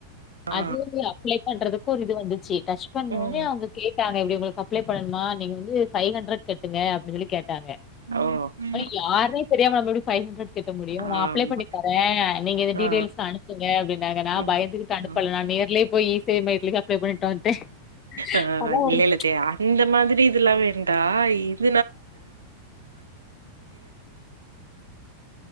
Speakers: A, on the right; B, on the left.
A: ஆ
B: அது வந்து அப்ளே பண்றதுக்கு ஒரு இது வந்து டச் பண்ணோனே
A: ம்
B: அவுங்க கே ட்டாங்க எப்டியோ உங்களுக்கு அப்ளே பண்ணணுமா நீங்க வந்து ஃபைஹன்ரட் கட்டுங்க அப்டீஞ்சொல்லி கேட்டாங்க
A: ஓ
B: ஆனா யார்னே தெரியாம நம்ம எப்டி ஃபைஹண்ரட் கெட்ட முடியு
A: ஆமா.
B: நா அப்ளே பண்ணித்தரே நீங்க இந்த டீட்டேல்ஸ்லா
A: ஆ.
B: அனுப்புங்க அப்டின்னாங்க நா
A: ம்.
B: பயந்துகிட்டு அனுப்பல
A: ம்.
B: நா நேர்லே போயி இ சேவை மையத்துலதா அப்ளே பண்ணீட்டுவன்டே
A: ஆ
B: <inaudible>
A: இல்ல இல்ல தே அந்த மாதிரி இதுல்லா வேண்டா ஆய் <unintelligible>